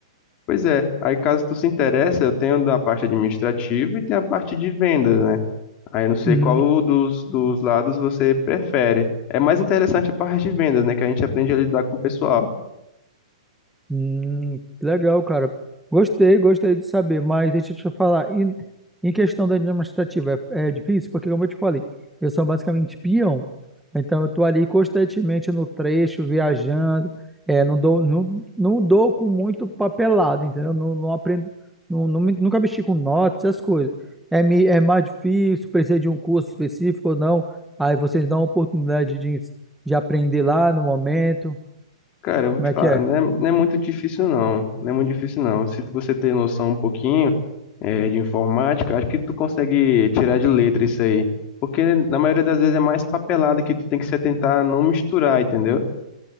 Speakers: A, on the left (about 35°); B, in the centre.
A: Pois é, aí caso tu se interesse, eu tenho da parte administrativa e tem a parte de vendas, né? Aí eu não sei
B: Uhum.
A: qual dos, dos lados você prefere. É mais interessante a parte de vendas, né? Que a gente aprende a lidar com o pessoal.
B: Hum, legal, cara. Gostei, gostei de saber, mas deixa eu te falar, em, em questão da administrativa, é, é difícil, porque como eu te falei, eu sou basicamente peão, então eu tô ali constantemente no trecho, viajando, é, não dou, não, não dou com muito papelado, entendeu? Não, não aprendo, não, não me- nunca mexi com notas, essas coisas. É, me- é mais difícil, precisa de um curso específico ou não, aí vocês dão a oportunidade de, de aprender lá no momento,
A: Cara, eu vou
B: como
A: te
B: é
A: falar,
B: que é?
A: não é, não é muito difícil não, não é muito difícil não. Se você ter noção um pouquinho eh, de informática, acho que tu consegue tirar de letra isso aí. Porque na maioria das vezes é mais papelada que tu tem que se atentar a não misturar, entendeu?